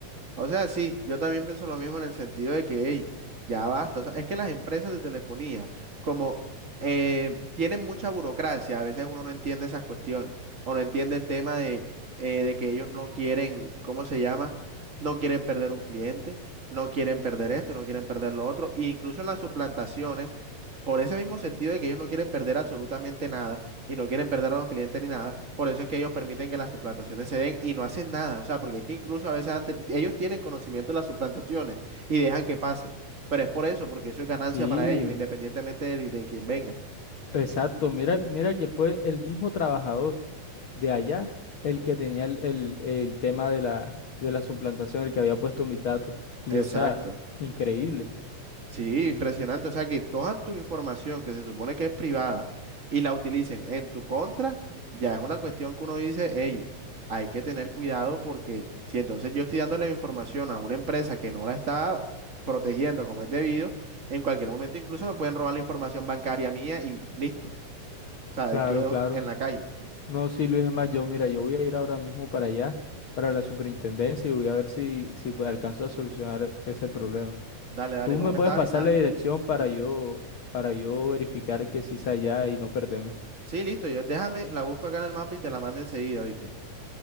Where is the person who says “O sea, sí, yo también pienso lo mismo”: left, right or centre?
Right